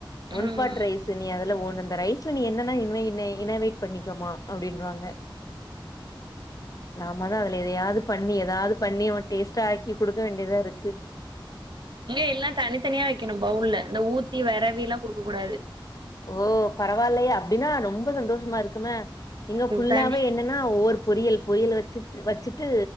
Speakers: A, on the left (about 45°); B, on the right (about 60°).
A: ஒன்
B: ம்
A: பாட் ரைஸ் நீ அதெல ஓனன் அந்த ரைஸ்ல நீ என்னன்னா இ என் இன்னவெயிட் பண்ணிக்கோமா அப்படின்றாங்க நாம தான் அதுல எதையாவது பண் பண்ணி ஏதாவது பண்ணி அவன் டேஸ்ட்டா ஆக்கி கொடுக்க வேண்டியதா இருக்கு
B: இங்க எல்லாம் தனித்தனியா வெக்கணும் பவுல்ல இந்த ஊரு த்தி வறவிலாம் குடுக்க கூடாது
A: ஓ பரவாயில்லையே அப்படின்னா ரொம்ப சந்தோஷமா இருக்கு மே இங்க ஃபுல்லாவே
B: தனி
A: என்னன்னா ஒரு பொரியல் பொரியல் வெச்சு வச்சுட்டு